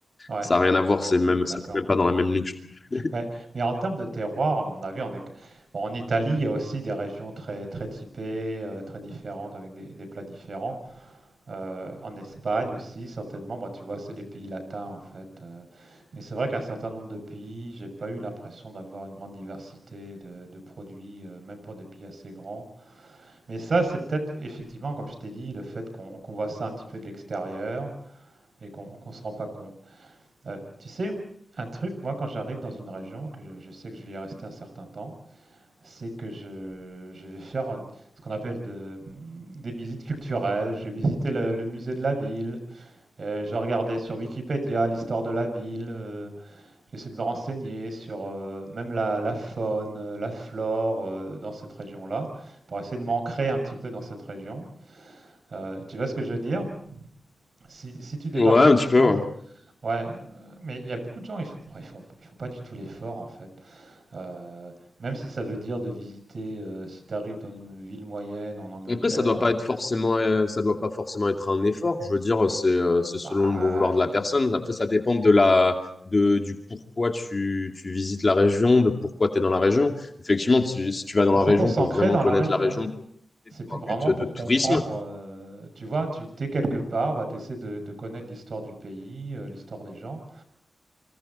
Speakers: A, on the right; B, on the left.
A: Ouais,
B: ça a rien à voir, c'est même,
A: d'accord.
B: ça fait même pas dans la même ligue, je trouve.
A: Ouais, mais en termes de terroir, à mon avis, on est... bon, en Italie, il y a aussi des régions très, très typées, euh, très différentes, avec des, des plats différents. Euh, en Espagne aussi, certainement, bah, tu vois, c'est les pays latins, en fait. euh. mais c'est vrai qu'un certain nombre de pays, j'ai pas eu l'impression d'avoir une grande diversité de, de produits, euh, même pour des pays assez grands. Mais ça, c'est peut-être, effectivement, comme je t'ai dit, le fait qu'on qu'on voit ça un petit peu de l'extérieur et qu'on qu'on se rend pas compte. Euh, tu sais, un truc, moi, quand j'arrive dans une région, que je, je sais que je vais y rester un certain temps, c'est que je, je vais faire ce qu'on appelle de- des visites culturelles. Je vais visiter le, le musée de la ville, euh, je regardais sur Wikipédia l'histoire de la ville, euh, j'essaie de me renseigner sur euh, même la, la faune, euh, la flore euh, dans cette région-là, pour essayer de m'ancrer un petit peu dans cette région. Euh, tu vois ce que je veux dire? Si, si tu débarques
B: Ouais, un
A: quelque
B: petit peu,
A: part,
B: ouais.
A: Ouais, heu, mais il y a beaucoup de gens, ils font ils font ils font pas du tout l'effort en fait. Heu, même si ça veut dire de visiter, heu, si tu arrives dans une ville moyenne en Angleterre,
B: Après, ça doit pas être forcément, euh, ça doit pas forcément être un effort. Je veux dire, c'est euh, c'est
A: bah,
B: selon le bon vouloir
A: i
B: de la personne. Après, ça dépend de la, de, du pourquoi tu, tu visites la région, de pourquoi tu es dans la région. Effectivement, tu- si tu vas dans
A: bah,
B: la
A: c'est
B: région
A: pour s'ancrer
B: pour vraiment
A: dans
B: connaître
A: la région.
B: la région, pour,
A: C'est p
B: pour
A: vraiment
B: un but de
A: pour comprendre,
B: tourisme,
A: heu, tu vois? Tu t'es quelque part, bah, tu essaies de de connaître l'histoire du pays, heu, l'histoire des gens,